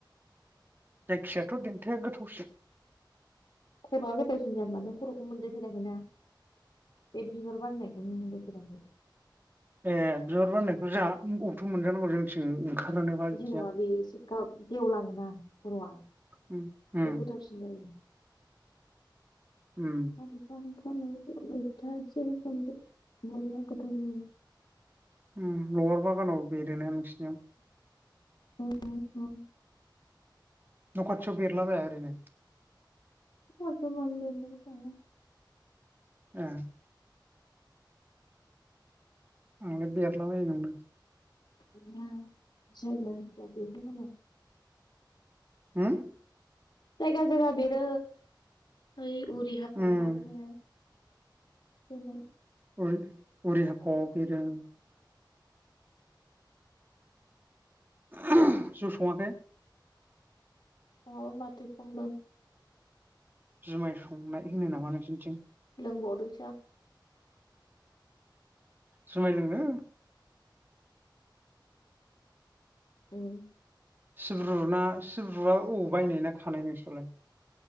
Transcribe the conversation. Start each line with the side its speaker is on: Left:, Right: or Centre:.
Right: जायखियाथ' देनथाया गोथावसिन
Left: खर'आ गोथावसिन जाम्बा नों खर'खौ मोनजायफेराखैना बे बिबार बारनायखौ नों मोनजा फेराखै
Right: ए बिबार बारनायखौ जा अबथो मोनजानांगौ जोंथिं? ओंखारानोबा बिदिया
Left: जेनेबा बे एसे गा गेवलाङोना खर'आ
Right: उम उम
Left: बे गोथावसिन जायो
Right: उम
Left: <unintelligible> <unintelligible> थासिम संदो बरिया गोथाव जायो
Right: उम लबार बागानाव बेरोना नोंसिनियाव
Left: उम उम
Right: न' खाथियाव बेरला बाया एरैनो
Left: न' खाथियाव मानो बेरनोबो थाङा
Right: ए आंलाय बेरला बायो नंदों।
Left: बेरा जायगा जायगा बेरो मालाय
Right: होम
Left: जायगा जायगा बेरो ओइ उरि हापाव
Right: उम
Left: माबानाया बेलाय
Right: उर उरि हाफाव बेरो उम। <unintelligible> जौ सङाखै?
Left: फुङाव माथो बुंदों।
Right: जुमाय संनाय होनो नामा नोसिनिथिं।
Left: लोंबवदोंसो आं।
Right: जुमाय लोंनो
Left: उम
Right: सिब्रु‌ ना सिब्रुआ अ बायनाय ना खानाय नोंसोरलाय?